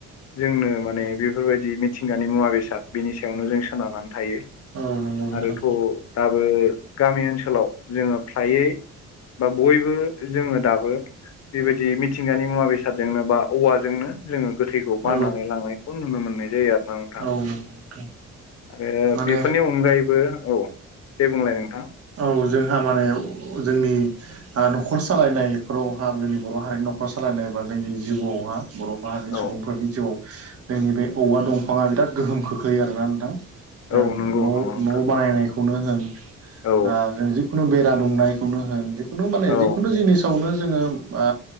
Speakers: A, on the left (about 55°); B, on the right (about 50°).
A: जोंनो माने बेफोरबायदि मिथिंगानि मुवा बेसाद बेनि सायावनो जों सोनारनानै थायो।
B: औ नंगौ नोंथां
A: आरोथ' दाबो गामि ओनसोलाव जोङो फ्रायै बा बयबो जोङो दाबो बेबायदि मिथिंगानि मुवा बेसादजोंनो बा औवाजोंनो जोङो गोथै बाननानै
B: औ
A: लांनायखौ नुनो मोननाय जायो आरो ना नोंथां।
B: नंगौ नोंथां
A: आरो
B: माने
A: बेफोरनि अनगायैबो औ दे बुंलाय नोंथां?
B: औ जोंहा माने जोंनि आ न'खर सालायनायफोरावहा जोंनि बर' हारिनि न'खर सालायनाय बा जोंनि जिउआवहा बर' माहारिनि
A: औ
B: सुबुंफोरनि जिउआव जोंनि बे औवा दंफाङा बिराद गोहोम खोख्लैयो आरोना नोंथां। जों
A: औ
B: न'
A: नंगौ नंगौ नोंथां
B: न' बानायनायखौनो होन।
A: औ
B: ओ जों जिखुनु बेरा दुंनायखौनो होन जिखुनु माने
A: औ
B: जिखुनु जिनिस खौनो जोङो ओ